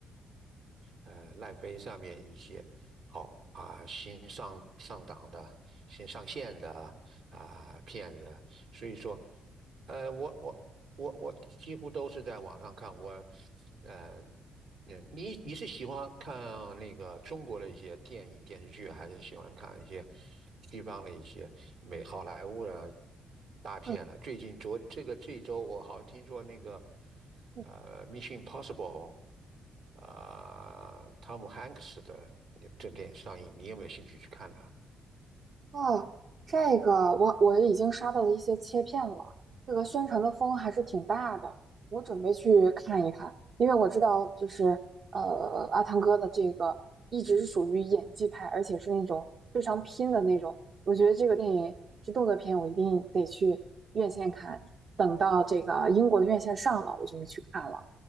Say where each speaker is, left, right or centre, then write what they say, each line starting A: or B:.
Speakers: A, on the right (about 80°); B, on the right (about 50°).
A: 呃奈飞上面一些好啊、新上上档的、新上线的啊、片子，所以说，呃，我我我我几乎都是在网上看。我，呃，嗯，你你是喜欢看那个中国的一些电影电视剧，还是喜欢看一些西方的一些美好莱坞的大片了？
B: 嗯
A: 最近昨这个这一周，我好像听说那个
B: 嗯，
A: 呃《Mission Impossible》啊、汤姆汉克斯的那个这部电影上映，你有没有兴趣去看呢？
B: 哦，这个我我已经刷到了一些切片了，这个宣传的风还是挺大的，我准备去看一看，因为我知道就是呃阿汤哥的这个一直是属于演技派，而且是那种非常拼的那种，我觉得这个电影是动作片，我一定得去院线看，等到这个英国的院线上了，我就会去看了。